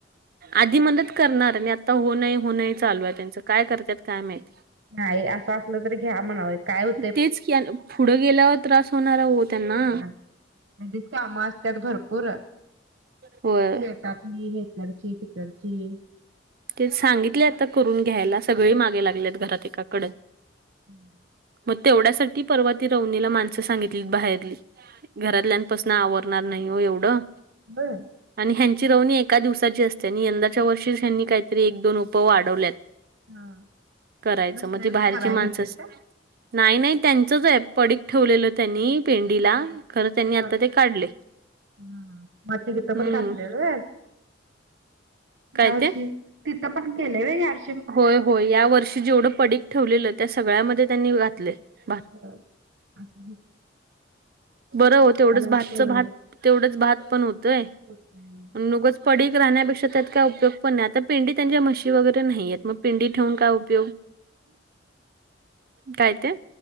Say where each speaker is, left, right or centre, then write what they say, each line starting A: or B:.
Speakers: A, on the right; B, on the right.
A: आधी म्हणलंत करणार नी आता हो नाही - हो नाही चालू आहे त्यांचं, काय करत्यात काय माहिती?
B: नाही, असं असलं तरी घ्या म्हणाव, काय हो
A: तेच किआलं, पुढं गेल्यावर त्रास होणारा हो त्यांना.
B: म्हणलीस कामं असत्यात भरपूर,
A: होय
B: शेत तली हीकरची तीकरची
A: ते सांगितले आता करून घ्यायला, सगळे मागे लागलेत घरात एकाकडं
B: <inaudible>
A: म तेवढ्यासाठी परवा ती रवनीला माणसं सांगितली बाहेरली, घरातल्यांपासन आवरत णार नाही हो एवढं
B: <unintelligible>
A: आणि ह्यांची रवनी एका दिवसाची असते आणि यंदाच्या वर्षी ह्यांनी काहीतरी एक दोन उपव वाडवल्यात.
B: हा
A: करायचं
B: दुसऱ्यांच
A: म ती भायेरची
B: कराय घेतलं
A: माणसं
B: का
A: नाई नाई त्यांचच आए पडी ठेवलेलं त्यांनी पेंडीला
B: हा हा
A: खरं त्यांनी आता ते काढले.
B: हा हा माती गितं
A: हम्म
B: पण घातलेल व्हय.
A: काय
B: या वर्षी
A: ते?
B: तिथं पण केलंय व या वर्ष्
A: होय होय या वर्षी जेवढं पडीक ठेवलेलं त्या सगळ्यामध्ये त्यांनी घातले बा.
B: होय असु दे.
A: बरं हो तेवढंच भातच
B: असतं.
A: भात तेवढंच भात पण होतंय
B: तू
A: अन् ऊगच. पडीक राहण्यापेक्षा त्यात काय उपयोग पण नाय आता पेंडी त्यांच्या म्हशी वगैरे न्हाईयेत. म पेंडी ठेवून काय उपयोग, काय ते.